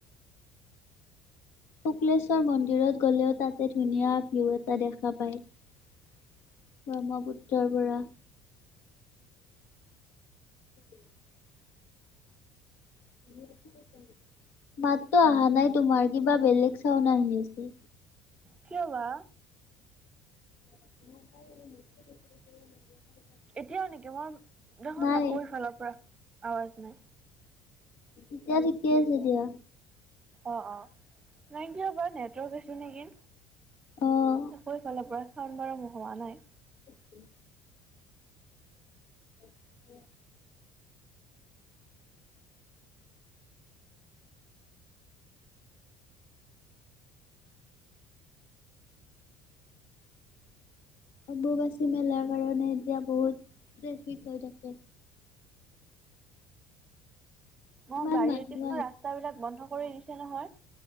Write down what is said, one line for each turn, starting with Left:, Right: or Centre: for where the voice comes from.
Left: শুক্লেশ্বৰ মন্দিৰত গ'লেও তাতে ধুনীয়া ভিউ এটা দেখা পায়। ব্ৰহ্মপুত্ৰৰ পৰা। <unintelligible> <unintelligible> মাততো
Right: উম।
Left: অহা নাই তোমাৰ কিবা বেলেগ চাউন আহি আছে।
Right: কিয় বা?
Left: <unintelligible>
Right: এতিয়াও নেকি মই দেখোন
Left: নাই
Right: <unintelligible> ইফালৰ পৰা আৱাজ নাই।
Left: তেতিয়া ঠিকে আছে দিয়া।
Right: অ' অ' নাই কিয় বাৰ নেটৱৰ্ক ইছোঁ নেকি।
Left: অ'।
Right: আকৌ এইফালৰ পৰা চাণ বাৰু হোৱা নাই।
Left: অ উ। অম্বুবাচী মেলাৰ কাৰণে এতিয়া বহুত ট্ৰেফিক হৈ থাকে। ইমান
Right: অ' গাড়ী
Left: মানুহ
Right: কিছুমান ৰাস্তা বিলাক বন্ধ কৰি দিছে নহয়।